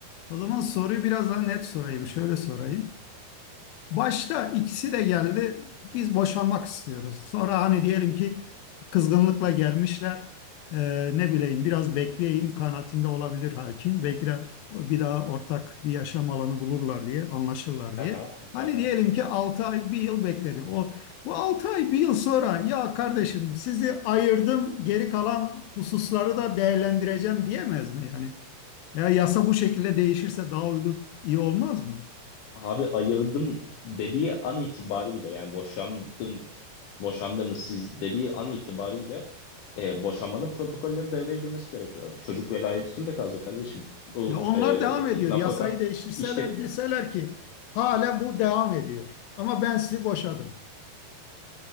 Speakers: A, on the left; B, on the left.
A: O zaman soruyu biraz daha net sorayım. Şöyle sorayım. Başta ikisi de geldi. Biz boşanmak istiyoruz. Sonra hani diyelim ki kızgınlıkla gelmişler. Ee, ne bileyim biraz bekleyeyim kanaatinde olabilir hakim. Belki de bir daha ortak bir yaşam alanı bulurlar diye, anlaşırlar
B: Aha,
A: diye. Hani
B: aha.
A: diyelim ki 6 ay, bir yıl bekledi. O bu 6 ay, bir yıl sonra ya kardeşim sizi ayırdım, geri kalan hususları da değerlendireceğim diyemez mi yani? Ya yasa bu şekilde değişirse daha uygun iyi olmaz mı?
B: Abi ayırdım dediği an itibariyle yani boşandım, boşandınız siz dediği an itibariyle e, boşanmanın protokolleri devreye girmesi gerekiyor. Çocuk velayeti kimde kalacak kardeşim? Bu
A: Ya onlar
B: e,
A: devam ediyor.
B: nafaka
A: Yasayı değiştirseler
B: işte
A: deseler ki hala bu devam ediyor. Ama ben sizi boşadım.